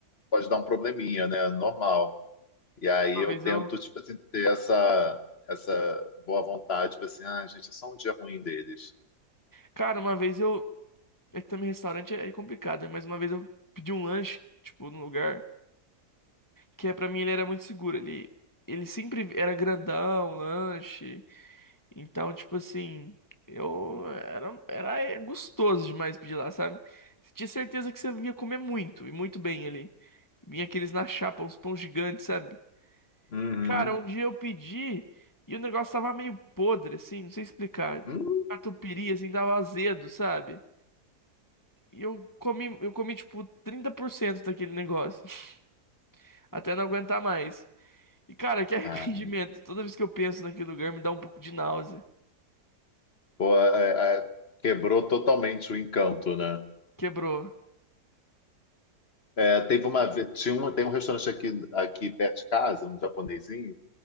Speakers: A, on the left; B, on the left.
A: pode dar um probleminha, né? Normal. E aí
B: Uma
A: eu
B: vez
A: tento,
B: eu.
A: tipo assim, ter essa, essa boa vontade, tipo assim, ah, gente, é só um dia ruim deles.
B: Cara, uma vez eu. É que também restaurante é é complicado, né? Mas uma vez eu pedi um lanche, tipo, num lugar que é, pra mim ele era muito seguro. Ele, ele sempre era grandão, lanche. Então, tipo assim, eu era, era é, gostoso demais pedir lá, sabe? Você tinha certeza que você ia comer muito e muito bem ali. Vinha aqueles na chapa, uns pão gigantes, sabe?
A: Uhum.
B: Cara, um dia eu pedi e o negócio tava meio podre, assim, não sei explicar.
A: Hum,
B: Catupiry, assim, tava azedo, sabe? E eu comi, eu comi, tipo, 30% daquele negócio. <laughs> Até não aguentar mais. E, cara, que arrependimento.
A: cara,
B: Toda vez que eu penso naquele lugar, me dá um pouco de náusea.
A: pô, é- é- quebrou totalmente o encanto, né?
B: Quebrou.
A: É, teve uma, ve- tinha uma, tem um restaurante aqui, aqui perto de casa, um japonesinho,